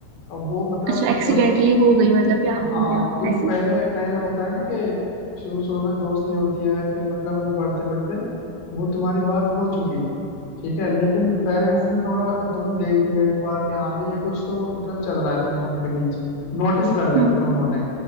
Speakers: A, on the left; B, on the right.
A: अब वो मतलब
B: अच्छा एक्सीडेंटली
A: हो
B: हो गई मतलब प्यार
A: हाँ
B: हो गया
A: क्यों
B: ऐसे
A: पहले पहले होता है ना कि शुरू शुरू में दोस्ती होती है फिर मतलब वो बढ़ते बढ़ते वो तुम्हारी बात हो चुकी ठीक है लेकिन पेरेंट्स ने थोड़ा तुम्हें देख लिया एक बार कि हाँ भाई ये कुछ तो मतलब चल रहा है तुम दोनों के बीच नोटिस कर लिया
B: हम्म
A: मतलब उन्होंने